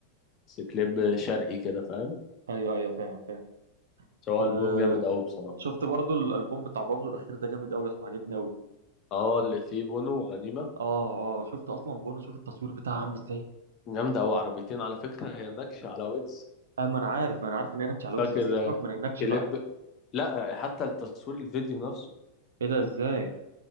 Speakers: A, on the left (about 30°); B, on the right (about 65°).
A: بس كليب شرقي كده فاهم
B: ايوه ايوه فاهم فاهم
A: سواء
B: أه
A: ألبوم جامد أوي بصراحة
B: شفت برضو الالبوم بتاع بابلو الاخير ده جامد قوي يا اسطى، عجبني قوي
A: اه اللي فيه بونو وغنيمة
B: اه اه شفت اصلا بونو شوف التصوير بتاعها عامل ازاي
A: جامدة أوي عربيتين على فكرة هي نكشة على ويجز
B: آه ما انا عارف ما انا عارف ان هي نكش على وجز
A: فاكر
B: بس سيبك
A: آه،
B: من النكش
A: كليب
B: بقى
A: لا حتى التصوير الفيديو نفسه
B: ايه ده ازاي